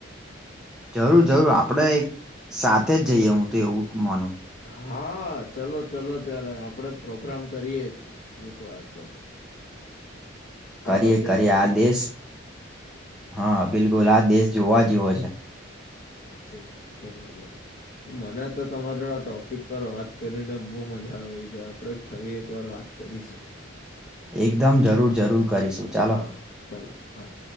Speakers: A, in the centre; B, on the left.
A: જરૂર જરૂર આપડે એક સાથે જ જઈએ હું તો એવું માનું.
B: હા ચલો ચલો ત્યારે આપડે પ્રોગ્રામ કરીએ જ એક વાર તો.
A: કરીએ
B: આ પત્યા
A: કરીએ
B: પછી.
A: આદેશ હા બિલકુલ આદેશ. જોવા જેવો છે.
B: સાચે સાચે મજા મને તો તમારે આ ટોપિક પર વાત કરીને બહુ મજા આવે છે આપણે ફરી એક વાર વાત કરીશું?
A: એકદમ જરૂર જરૂર કરીશું ચાલો
B: હા ચાલો બાય.